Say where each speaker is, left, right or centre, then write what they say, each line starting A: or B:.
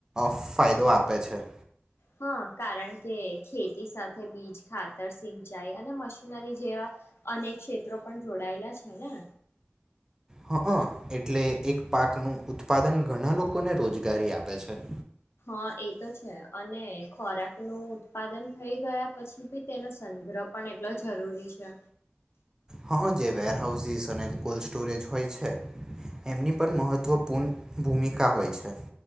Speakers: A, on the right; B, on the left.
A: ફાયદો આપે છે.
B: હા કારણ કે ખેતી સાથે બીજ ખાતર સિંચાઈ અને મશીનરી જેવા અનેક ક્ષેત્રો પણ જોડાયેલા છે ને.
A: હ એટલે એક પાકનુંું ઉત્પાદન ઘણા લોકોને રોજગારી આપે છે.
B: હ એ તો છે અને ખોરાક ન ઉત્પાદન થઈ ગયા પછી બી તેનો સંગ્રહ પણ એટલો જરૂરી છે.
A: હા જે વેર હાઉસીસ અને કોલ્. સ્ટોરેજ હોય છે એમની પણ મહત્ત્વપૂર્ણ ભૂમિકા હોય છે.